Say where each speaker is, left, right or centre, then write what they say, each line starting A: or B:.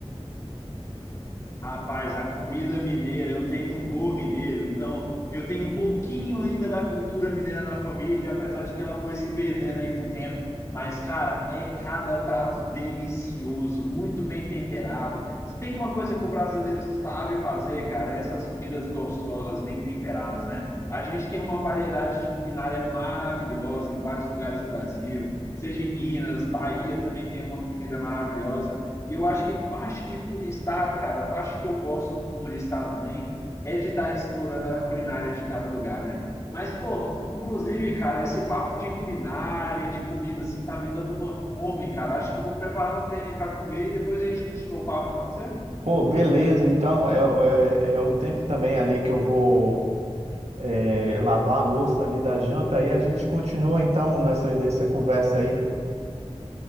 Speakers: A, on the left; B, on the right.
A: Rapaz, a comida mineira, eu tenho um vô mineiro, então eu tenho um pouquinho ainda da cultura mineira na família, apesar de que ela foi se perdendo aí com o tempo. Mas, cara, é cada prato delicioso, muito bem temperado. Se tem uma coisa que o brasileiro sabe fazer, cara, é essas comidas gostosas, bem temperadas, né? A gente tem uma variedade de culinária maravilhosa em vários lugares do Brasil, seja em Minas, Bahia também tem uma comida maravilhosa. E eu acho que parte de turistar, cara, a parte que eu gosto do turistar também é de estar explorando a culinária de cada lugar, né? Mas, pô, inclusive, cara, esse papo de culinária, de comida, assim, tá me dando uma fome, cara. Acho que eu vou preparar um treino para comer e depois a gente continua o papo, pode ser?
B: Pô, beleza. Então é, é, é o tempo também ali que eu vou é, lavar a louça ali da janta. Aí a gente continua então nessa, nessa conversa aí.